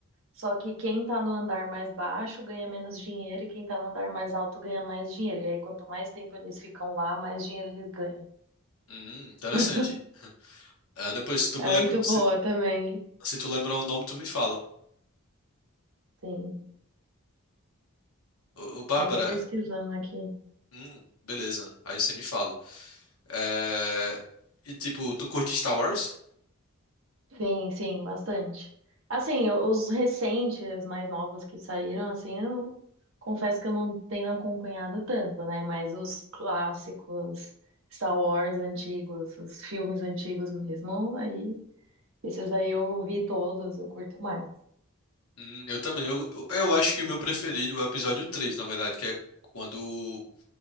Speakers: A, on the right; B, on the left.
A: só que quem tá no andar mais baixo ganha menos dinheiro e quem tá no andar mais alto ganha mais dinheiro. E aí quanto mais tempo eles ficam lá, mais dinheiro eles ganham.
B: Hum, interessante.
A: <laughs>
B: Ah, depois, se tu
A: É
B: me lembra,
A: muito
B: se,
A: boa também.
B: se tu lembrar o nome, tu me fala.
A: Sim,
B: Ô, ô, Bárbara,
A: tô até pesquisando aqui.
B: hum, beleza. Aí você me fala. É, e tipo, tu curte Star Wars?
A: Sim, sim, bastante. Assim, eu- os recentes, mais novos que saíram, assim, eu confesso que eu não tenho acompanhado tanto, né? Mas os clássicos, Star Wars antigos, os filmes antigos mesmo, aí, esses aí eu vi todos, eu curto mais.
B: Hum, eu também. Eu, eu eu acho que o meu preferido é o episódio três na verdade, que é quando